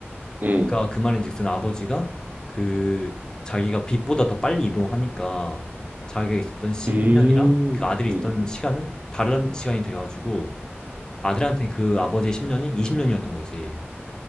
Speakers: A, on the right (about 35°); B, on the left (about 15°).
A: 음, 음,
B: 그러니까 그 말인즉슨 아버지가 그 자기가 빛보다 더 빨리 이동하니까 자기가 있었던 십
A: 음, 음,
B: 10년이랑 그 아들이 있던
A: 음,
B: 시간은 다른 시간이 돼가지고 아들한테 그 아버지의 10년이 20년이었던 거지.